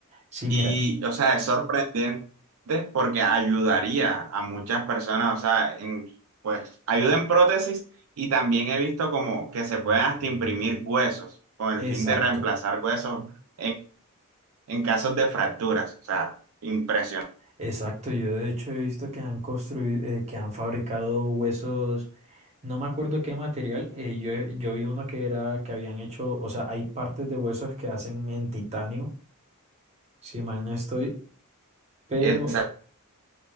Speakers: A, on the right (about 30°); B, on the right (about 70°).
A: sí,
B: Y,
A: mira, mm,
B: o sea, es sorprendente porque ayudaría a muchas personas, o sea, en, pues ayuda en prótesis y también he visto como que se pueden hasta imprimir huesos con
A: exacto.
B: el fin de reemplazar huesos en, en casos de fracturas, o sea, impresionante,
A: Exacto, yo de hecho he visto que han construido, eh, que han fabricado huesos No me acuerdo qué material. eh, yo, yo vi uno que era que habían hecho, o sea, hay partes de huesos que hacen en titanio, si mal no estoy, pero,
B: ese